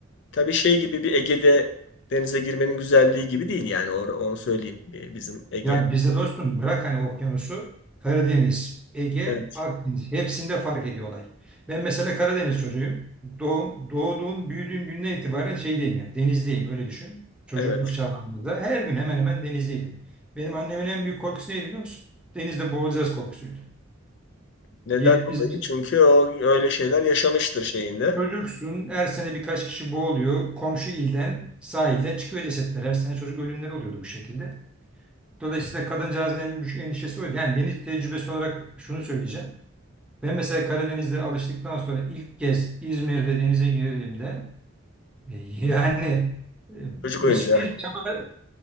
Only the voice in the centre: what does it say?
Ya bizde dostum bırak hani okyanusu Karadeniz, Ege,
Akdeniz hepsinde fark ediyor olay. Ben mesela Karadeniz çocuğuyum. Doğum, doğduğum, büyüdüğüm günden itibaren şeydeyim yani denizdeyim öyle düşün. Çocukluk
çağlarımızda her gün hemen hemen denizdeydim. Benim annemin en büyük korkusu neydi biliyor musun? Denizde boğulacağız korkusuydu.
Gelip
bizim
Çocuksun, her sene birkaç kişi boğuluyor. Komşu ilden, sahilden çıkıyor cesetler. Her sene çocuk ölümleri oluyordu bu şekilde. Dolayısıyla kadıncağızın en büyük endişesi oydu. Yani deniz tecrübesi olarak şunu söyleyeceğim. Ben mesela Karadeniz'de alıştıktan sonra ilk kez İzmir'de denize girdiğimde e, <laughs> yani e,
hiçbir
çaba